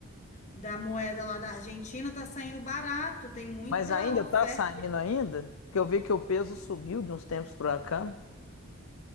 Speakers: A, on the left; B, on the left.
A: da moeda lá da Argentina tá saindo barato, tem muita
B: Mas ainda
A: oferta.
B: tá saindo ainda? Porque eu vi que o peso subiu de uns tempos pra cá.